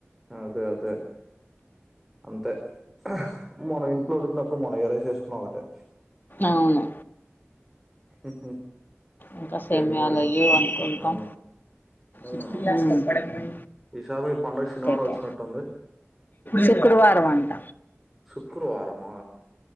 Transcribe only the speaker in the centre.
అదే అదే అంతే అహ మనం ఇంట్లో ఉడికి నప్పుడు మనం ఎరైస్ ఏసుకున్నా ఒకటే
హుహు.
ఏం మరి
ఆ ఉమ్
ఈసారి మీ పండగ శనివారం
వచ్చినట్టుంది
శుక్రవారమా